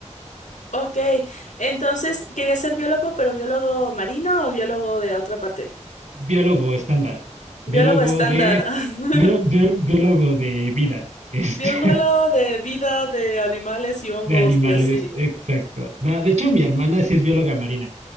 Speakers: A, on the left (about 85°); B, on the right (about 80°).
A: Ok, entonces quería ser biólogo, pero biólogo marino o biólogo de otra parte.
B: Biólogo estándar,
A: Biólogo
B: biólogo
A: estándar.
B: de,
A: <laughs>
B: bio- bio- biólogo de vida, este,
A: Biólogo
B: <laughs>
A: de vida de animales y hongos
B: de animales,
A: y así.
B: exacto. No, de hecho, mi hermana sí es bióloga marina.